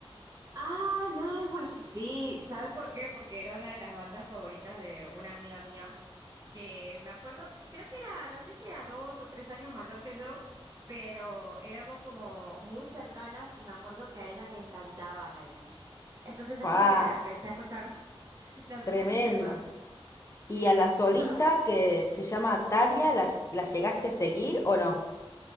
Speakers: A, on the right (about 35°); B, on the left (about 30°).
A: Ah, Nightwish. Sí, ¿sabes por qué? Porque era una de las bandas favoritas de una amiga mía. que me acuerdo que creo que era, no sé si era dos o tres años mayor que yo, pero éramos como muy cercanas y me acuerdo que a ella le encantaba Nightwish. Entonces es
B: ¡Wow!
A: como que la empecé a escuchar <laughs> más. La empecé
B: Tremendo.
A: a escuchar más. Sí,
B: ¿Y a la solista
A: yo estaba.
B: que se llama Tarja, la, la llegaste a seguir o no?